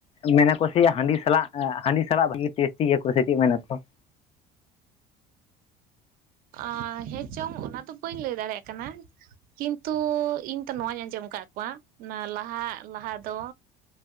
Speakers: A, on the left; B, on the right.
A: ᱢᱮᱱᱟᱠᱚ ᱥᱮ‌ ᱦᱟᱺᱰᱤ ᱥᱟᱞᱟᱜ ᱦᱟᱺᱰᱤ ᱥᱟᱞᱟᱜ ᱵᱷᱟᱜᱮ ᱴᱮᱥᱴᱤ ᱟᱠᱚ ᱥᱮᱪᱮᱜ ᱢᱮᱱᱟᱠᱚ ᱾
B: ᱟᱻ ᱦᱮᱸ ᱪᱚᱝ ᱚᱱᱟ ᱫᱚ ᱵᱟᱹᱧ ᱞᱟᱹᱭ ᱫᱟᱲᱮᱭᱟᱜ ᱠᱟᱱᱟ ᱾ ᱠᱤᱱᱛᱩ ᱤᱧ ᱛᱚ ᱱᱚᱣᱟᱧ ᱟᱸᱡᱚᱢ ᱟᱠᱟᱫ ᱠᱚᱣᱟ, ᱚᱱᱟ ᱞᱟᱦᱟ ᱞᱟᱦᱟ ᱫᱚ